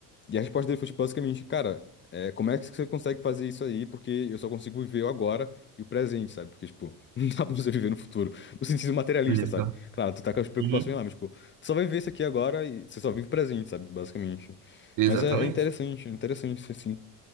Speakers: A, on the left; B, on the right.
A: E a resposta dele foi tipo, basicamente, cara, é, como é que você consegue fazer isso aí? Porque eu só consigo viver o agora e o presente, sabe? Porque, tipo, <laughs> não dá pra você viver no futuro. No sentido materialista,
B: Olha
A: sabe?
B: só.
A: Claro, tu tá com as preocupações
B: Uhum.
A: lá, mas, tipo, tu só vai viver isso aqui agora e você só vive o presente, sabe? Basicamente.
B: Exatamente.
A: Mas é, é interessante, é interessante, assim.